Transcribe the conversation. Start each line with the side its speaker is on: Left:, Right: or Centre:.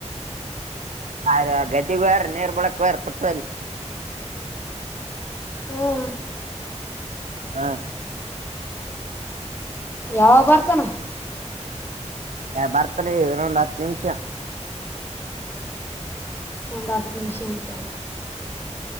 Right: ಅ ಗದಿಗ್ ವಾರ ನೀರ್ ಬೂಡಕ್ ಹೊರ್ ಪಟ್ವ್ರರಿ
Left: ಹ್ಮ್
Right: ಹಾ
Left: ಯಾವಗ್ ಬರ್ತಾನ
Right: ಏ ಬರ್ತಾನೆ ಇನ್ನೊಂದ್ ಹತ್ತು ನಿಮಿಷ
Left: ಒಂದ್ ಹತ್ತು ನಿಮಿಷ ಅಂತೆ